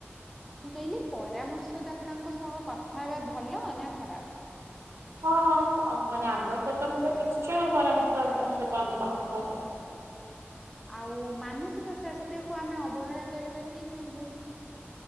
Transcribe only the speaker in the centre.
ମୁଁ କହିଲି ପରାମର୍ଶଦାତାଙ୍କ ସହ କଥା ହେବା ଭଲ ନା ଖରାପ୍?
ଆଉ ମାନସିକ ସ୍ୱାସ୍ଥ୍ୟକୁୁ ଆମେ ଅବହେଳା କରିବା ଠିକ୍ ନା ଭୁଲ୍?